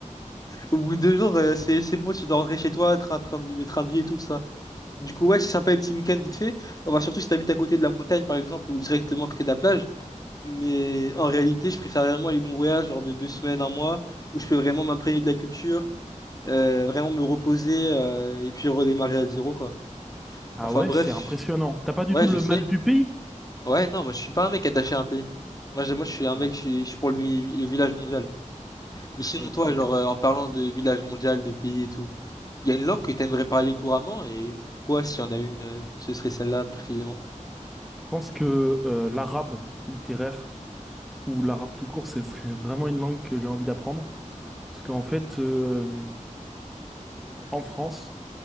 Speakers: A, on the left; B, in the centre.
A: au bout de deux jours, euh, c'est c'est bon, tu dois rentrer chez toi, train, train, de- le train de vie et tout ça. Du coup, ouais, c'est sympa les petits week-ends vite fait. Enfin, surtout si t'habites à côté de la montagne, par exemple, ou directement à côté de la plage. Mais en réalité, je préfère vraiment les longs voyages, genre de deux semaines, un mois, où je peux vraiment m'imprégner de la culture euh, vraiment me reposer euh, et puis redémarrer à zéro, quoi.
B: Ah
A: Enfin
B: ouais,
A: bref,
B: c'est impressionnant. T'as pas du
A: ouais,
B: tout le
A: je sais.
B: mal du pays?
A: Ouais, non, moi je suis pas un mec attaché à un pays. Moi, je, moi, je suis un
B: Ah
A: mec,
B: ouais.
A: je suis, je suis pour le, vi- le village mondial. Mais sinon,
B: Ok,
A: toi,
B: d'accord.
A: genre, euh, en parlant de village mondial, de pays et tout, il y a une langue que t'aimerais parler couramment et quoi, s'il y en a une, euh, ce serait celle-là précisément.
B: Je pense que euh, l'arabe littéraire ou l'arabe tout court, ce serait <laughs> vraiment une langue que j'ai envie d'apprendre. Parce qu'en fait, euh, en France,